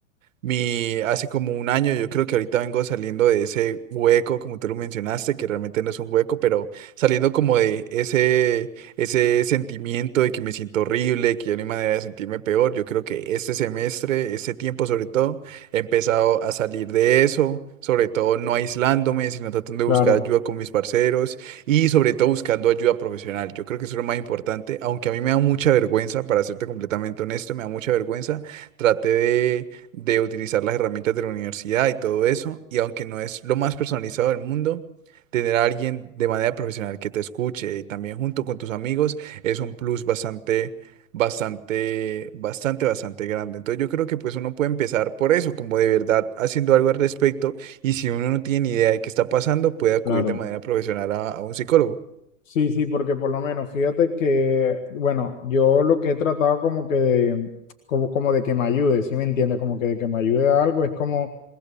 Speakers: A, on the right; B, on the left.
A: Mi, hace como un año, yo creo que ahorita vengo saliendo de ese hueco, como tú lo mencionaste, que realmente no es un hueco, pero saliendo como de ese, ese sentimiento de que me siento horrible, que ya no hay manera de sentirme peor. Yo creo que este semestre, este tiempo sobre todo, he empezado a salir de eso, sobre todo no aislándome, sino tratando
B: Claro,
A: de buscar ayuda con mis parceros y sobre todo buscando ayuda profesional. Yo creo que eso es lo más importante, aunque a mí me da mucha vergüenza, para serte completamente honesto, me da mucha vergüenza. Traté de de utilizar las herramientas de la universidad y todo eso. Y aunque no es lo más personalizado del mundo, tener a alguien de manera profesional que te escuche y también junto con tus amigos es un plus bastante, bastante, bastante, bastante grande. Entonces yo creo que pues uno puede empezar por eso, como de verdad haciendo algo al respecto. Y si uno no tiene ni idea de qué está pasando, puede acudir
B: claro.
A: de manera profesional a, a un psicólogo.
B: Sí, sí, porque por lo menos fíjate que, bueno, yo lo que he tratado como que de, como, como de que me ayude, ¿sí me entiendes? Como que de que me ayude a algo es como